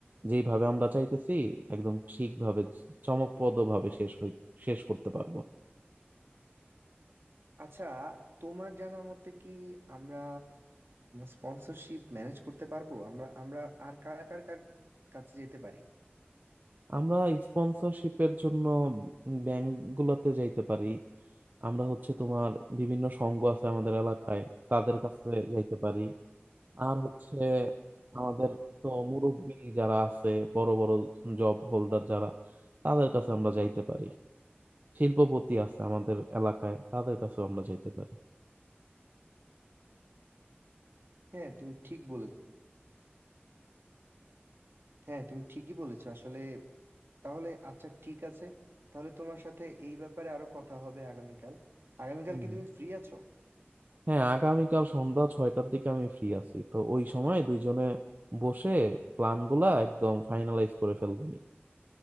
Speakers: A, on the right; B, on the right.
A: যেইভাবে আমরা চাইতেছি একদম ঠিকভাবে চমকপ্রদ ভাবে শেষ হই শেষ করতে পারবো
B: আচ্ছা তোমার জানা মতে কি আমরা স্পন্সরশিপ ম্যানেজ করতে পারবো আমরা আমরা আর কার কার কার কাছে যেতে পারি
A: আমরা স্পন্সরশিপের জন্য ব্যাংক গুলাতে যাইতে পারি আমরা হচ্ছে তোমার বিভিন্ন সংঘ আছে আমাদের এলাকায় তাদের কাছে যাইতে পারি আর হচ্ছে আমাদের তো মুরব্বি যারা আছে বড় বড় জব হোল্ডার যারা তাদের কাছে আমরা যাইতে পারি শিল্পপতি আছে আমাদের এলাকায় তাদের কাছেও আমরা যাইতে পারি
B: হ্যাঁ তুমি ঠিক বলেছ হ্যাঁ তুমি ঠিকই বলেছো আসলে তাহলে আচ্ছা ঠিক আছে তাহলে তোমার সাথে এই ব্যাপারে আরো কথা হবে আগামীকাল আগামীকাল
A: হুম।
B: কি তুমি ফ্রি আছো
A: হ্যাঁ আগামীকাল সন্ধ্যা ছয়টার দিকে আমি ফ্রি আছি তো ওই সময় দুইজনে বসে প্ল্যান গুলা একদম ফাইনালাইজ করে ফেলবো